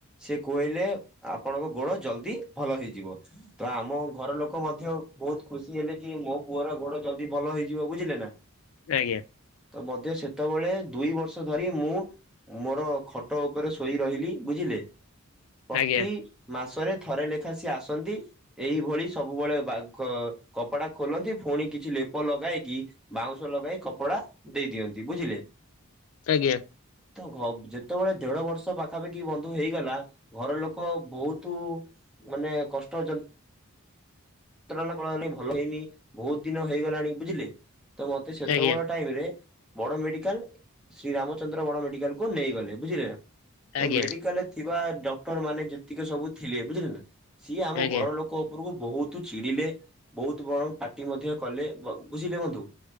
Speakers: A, in the centre; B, on the left (about 70°).
A: ସେ କହିଲେ ଆ ଆପଣ ଗୋଡ ଜଲଦି ଭଲ ହେଇଯିବ ତ ଆମ ଘର ଲୋକ ମଧ୍ୟ ବହୁତ ଖୁସି ହେଲେ କି ମୋ ପୁଅର ଗୋଡ ଜଲ୍ଦି ଭଲ ହେଇଯିବ ବୁଝିଲେ ନା
B: ଆଜ୍ଞା।
A: ତ ମଧ୍ୟ ସେତେବେଳେ ଦୁଇ ବର୍ଷ ଧରି ମୁଁ ମୋର ଖଟ ଉପରେ ଶୋଇ ରହିଲି ବୁଝି ପଲେ ପ୍ରତି
B: ଆଜ୍ଞା
A: ମାସରେ ଥରେ ଲେଖା ସିଏ ଆସନ୍ତି। ଏଇଭଳି ସବୁବେଳେ ବାଘ କପଡା ଖୋଲନ୍ତି ଫୁଣି କିଛି ଲେପ ଲଗାଇକି ବାଉଁଶ ଲଗାଇ କପଡା ଦେଇ ଦିଅନ୍ତି ବୁଝିଲେ
B: ଆଜ୍ଞା।
A: ତ ଘ ଯେତେବେଳେ ଦେଢ ବର୍ଷ ପାଖାପାଖି ବନ୍ଧୁ ହେଇଗଲା ଘର ଲୋକ ବହୁତ ତୁ ମାନେ କଷ୍ଟ ଜ୍ ନ୍ତ୍ରଣା କଳଲେ ଭଲ ହେଇନି ବହୁତ ଦିନ ହେଇଗଲାଣି ବୁଝିଲେ ତ ମତେ ସେତେବେଳେ
B: ଆଜ୍ଞା
A: ଟାଇମ ରେ ବଡ ମେଡିକାଲ ଶ୍ରୀ ରାମଚନ୍ଦ୍ର ବଡ ମେଡିକାଲକୁୁ ନେଇଗଲେ ବୁଝିଲେ ନା ତ
B: ଆଜ୍ଞା
A: ମେଡିକାଲରେ ଥିବା ଡକ୍ଟର ମାନେ ଯେତିକି ସବୁ ଥିଲେ ବୁଝିଲେ ନା ସିଏ ଆମ
B: ଆଜ୍ଞା
A: ଘର ଲୋକ ଉପରକୁ ବହୁତ ତୁ ଚିଡିଲେ ବହୁତ ବରଂ ପାଟି ମଧ୍ୟ କଲେ ବୁଝିଲେ ବନ୍ଧୁ